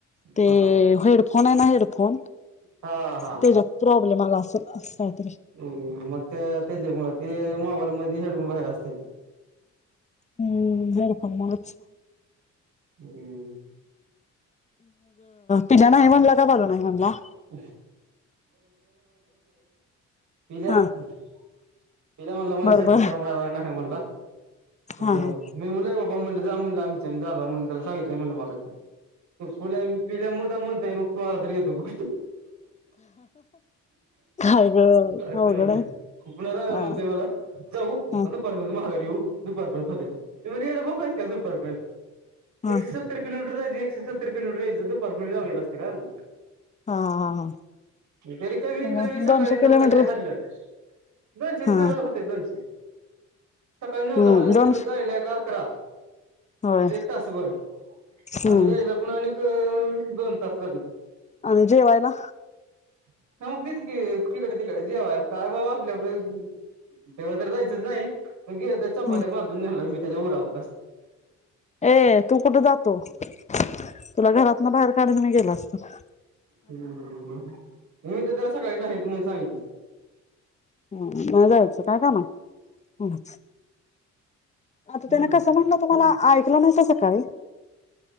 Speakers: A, on the left (about 25°); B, on the right (about 70°).
A: ते
B: हा हा हा.
A: हेडफोन आहे ना हेडफोन
B: हा
A: त्याचा प्रॉब्लेम आला असल <inaudible>
B: हम् मग ते त्याच्यामुळ ते मोबाईल मधी हेडफोन बाहेर असतील
A: हम्म <unintelligible> मग
B: हम्म
A: तिला नाही म्हणला का मला नाही म्हणला
B: <unintelligible> पिल्या-पिल्या
A: हा
B: म्हणला मला
A: बरोबर
B: शेतात काम हाय नाही म्हणला <inaudible> बग
A: हा हा
B: म्हणलं जा म्हटलं आमच्या आमी जानारे म्हणून त्याला सांगितलंय मगाशी <unintelligible> तू आला तर येतो ह
A: काय ग
B: अस
A: अवघड
B: म्हणतंय
A: आहे
B: खुपणारे काय
A: हा
B: म्हणतंय मला जाऊ
A: हा
B: अन दुपारनच माघारी येऊ दुपार परेंत होतंय की होईल का दुपार परेंत
A: हा
B: एकशे सत्तर किलोमीटर जायच एकशे सतत <unintelligible> दुपारपर्यंत <unintelligible> नसतं काय म्हणून.
A: हा हा हा
B: अ तरी कमीत कमी
A: मग
B: सकाळी
A: दोनशे
B: नऊला
A: किलोमीटर
B: जरी हल्लं <unintelligible>
A: हा
B: सह होतंय दोनशे. सकाळी नऊला
A: हम्म
B: हललं
A: दोनशे
B: तर जायला एक अकरा.
A: होय
B: तिथे एक तासभर
A: हम्म
B: आणि यायला पण आणि एक दोन तास <unintelligible>
A: अन जेवायला?
B: <unintelligible> की तिकडं तिकड जेवाय काय बाबा आपल्या <unintelligible> देवाकडं जायचच नाही. गेलं त चपात्या
A: हम्म
B: बांधून नेणार मी. ते जऊ राव बस.
A: ए तू कुठं जातो? तुला घरातनं बाहेर काढीन मी गेलास तर.
B: हम्म मी तर त्याला सकाळी नाहीच म्हणून <unintelligible>
A: हम्म नाही जायचं हाय क नाही हम्म. <inaudible> आता
B: हम्म.
A: त्याना कसं म्हणलं तुम्हाला कलांनच सकाळी